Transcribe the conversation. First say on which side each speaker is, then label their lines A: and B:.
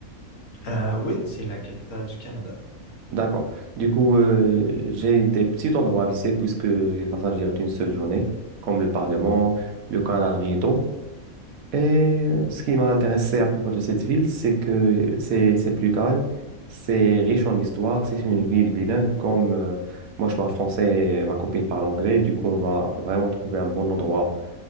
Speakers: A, on the left; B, on the right.
A: Euh, oui, c'est la capitale du Canada.
B: D'accord. Du coup, euh, j'ai des petits endroits à visiter puisqu'il va s'agir d'une seule journée, comme le Parlement, le canal Rideau. Et euh, ce qui m'a intéressé à propos de cette ville, c'est que c'est c'est plus calme, c'est riche en histoire, c'est une ville bilingue. Comme euh, moi je parle français et ma copine parle anglais, du coup on va vraiment trouver un bon endroit